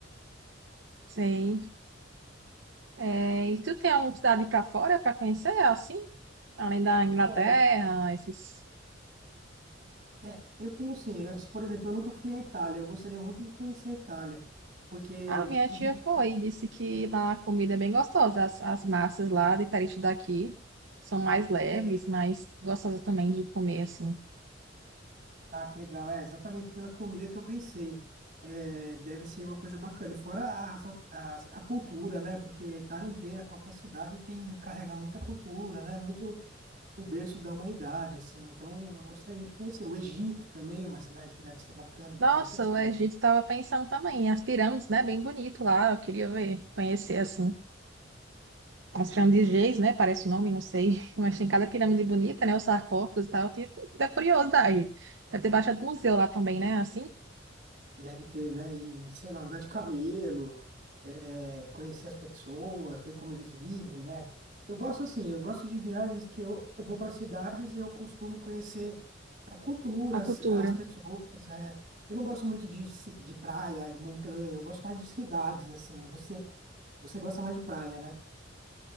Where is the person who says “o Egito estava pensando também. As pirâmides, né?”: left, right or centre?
Right